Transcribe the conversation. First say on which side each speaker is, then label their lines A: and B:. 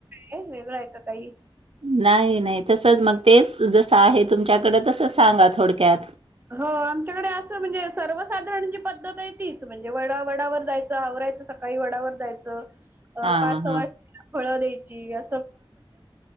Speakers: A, on the right; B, on the right.
A: हे वेगळ आहे का काही.
B: नाही नाही तसंच मग तेच जसं आहे तुमच्याकडे तसं सांगा थोडक्यात.
A: हो आमच्याकडे असं म्हणजे सर्वसाधारण जी पद्धत आहे तीच म्हणजे वडा वडावर जायच. आवरायचं सकाळी वडावर जायचं अं
B: हा
A: पाच सवासन.
B: हा
A: फळं द्यायची. अं